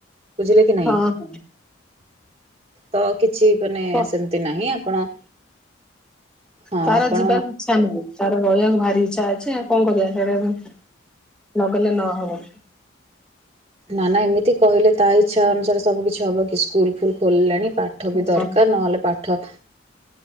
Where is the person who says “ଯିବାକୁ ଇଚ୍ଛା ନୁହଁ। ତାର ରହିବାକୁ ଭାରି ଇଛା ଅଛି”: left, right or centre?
Centre